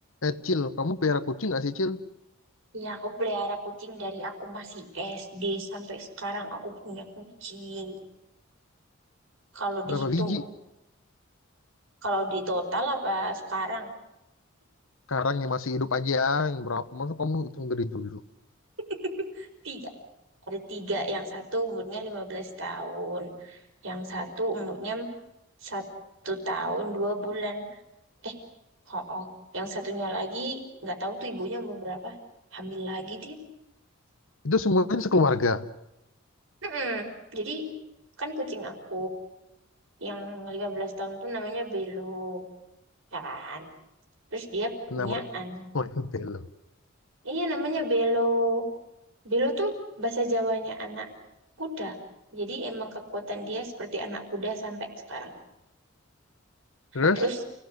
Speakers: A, on the left (about 75°); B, on the right (about 75°).
A: Eh, Cil, kamu pelihara kucing nggak sih, Cil?
B: Iya, aku pelihara kucing dari aku masih SD sampai sekarang aku punya kucing. Kalau
A: Berapa
B: dihitung,
A: biji?
B: kalau di total apa sekarang?
A: Sekarang yang masih hidup aja, yang berapa? Masa kamu hitung dari dulu?
B: <laughs> Tiga. Ada tiga. Yang satu umurnya 15 tahun. Yang satu umurnya satu tahun dua bulan. Eh, oh, oh. Yang satunya lagi nggak tahu tuh ibunya umur berapa. Hamil lagi dia.
A: Itu semuanya sekeluarga.
B: Mm-mm. Jadi kan kucing aku yang 15 tahun tuh namanya Belo, ya kan? Terus dia
A: Kenapa?
B: punya anak.
A: Oh, itu belo.
B: Iya namanya Belo. Belo tuh bahasa Jawanya anak kuda. Jadi emang kekuatan dia seperti anak kuda sampai sekarang.
A: Terus,
B: Terus